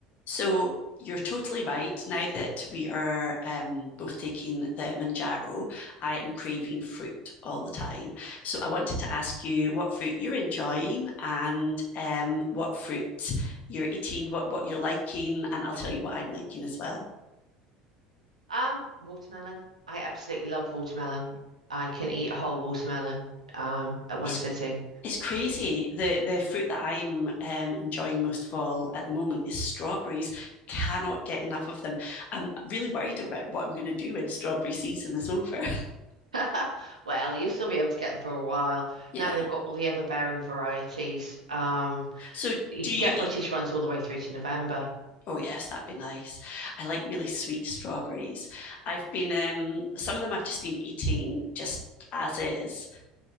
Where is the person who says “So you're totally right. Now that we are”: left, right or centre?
Left